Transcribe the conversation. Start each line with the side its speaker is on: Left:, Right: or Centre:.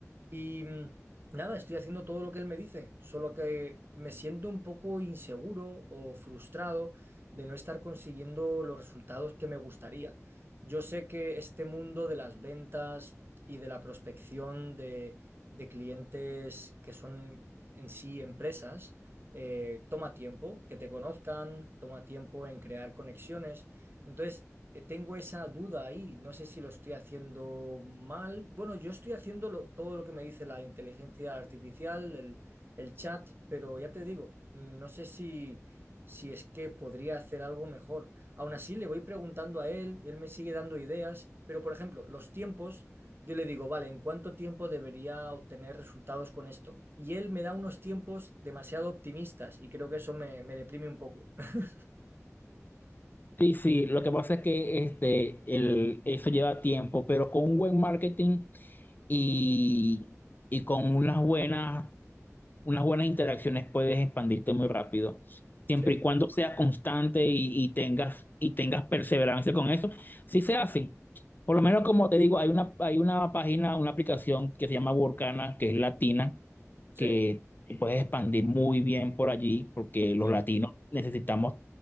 Right: Y mm, nada, estoy haciendo todo lo que él me dice, solo que me siento un poco inseguro o frustrado de no estar consiguiendo los resultados que me gustaría. Yo sé que este mundo de las ventas y de la prospección de, de clientes que son en sí empresas, eh, toma tiempo que te conozcan, toma tiempo en crear conexiones. Entonces, eh, tengo esa duda ahí, no sé si lo estoy haciendo mal. Bueno, yo estoy haciendo lo- todo lo que me dice la inteligencia artificial, el, el chat, pero ya te digo, no sé si, si es que podría hacer algo mejor. Aún así, le voy preguntando a él, y él me sigue dando ideas, pero por ejemplo, los tiempos, yo le digo, vale, ¿en cuánto tiempo debería obtener resultados con esto? Y él me da unos tiempos demasiado optimistas y creo que eso me, me deprime un poco. <laughs>
Left: Sí, sí, lo que pasa es que este, el, eso lleva tiempo, pero con un buen marketing y, y con unas buenas, unas buenas interacciones puedes expandirte muy rápido. Siempre
Right: Sí,
Left: y cuando seas constante y, y tengas, y tengas perseverancia con eso, sí se hace. Por lo menos, como te digo, hay una, hay una página, una aplicación que se llama Workana, que es latina
Right: sí,
Left: que te puedes expandir muy bien por allí, porque los
Right: sí.
Left: latinos necesitamos